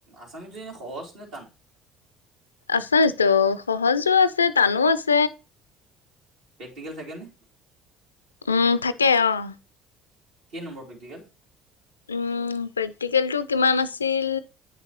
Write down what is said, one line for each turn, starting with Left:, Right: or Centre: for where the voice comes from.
Right: আছামিচটো এনে সহজ নে টান? <inaudible>
Left: আচামিচতো সহজো আছে টানো আছে।
Right: প্ৰেক্টিকেল থাকে নে?
Left: উম থাকে অঁ।
Right: কেই নম্বৰ প্ৰেকটিকেল?
Left: উম প্ৰেক্টিকেলটো কিমান আছিল?